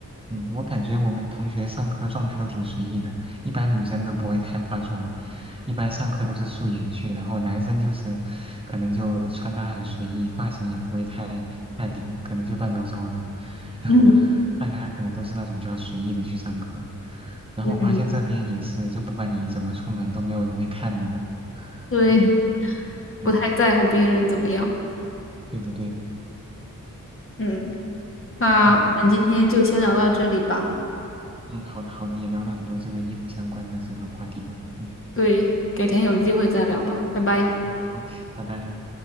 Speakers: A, on the right; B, on the left.
A: 嗯，我感觉我们同学上课状态都挺随意的，一般女生都不会太化妆，一般上课都是素颜去，然后男生就是可能就穿搭很随意，发型也不会太太理，可能就乱糟糟的，<laughs>
B: 嗯
A: 大家可能都是那种比较随意的去上课。然后我发现这边也是，
B: 嗯，
A: 就不管你怎么出门，都没有人会看你的。
B: 对。
A: <laughs>
B: 不太在乎别人怎么样。
A: 嗯，对的对的，
B: 嗯，那我们今天就先聊到这里吧，
A: 嗯嗯，好的好的，也聊了很多这个衣服相关的这个话题了，嗯
B: 对，改天有机会再聊吧，拜拜。
A: 嗯，好，拜拜。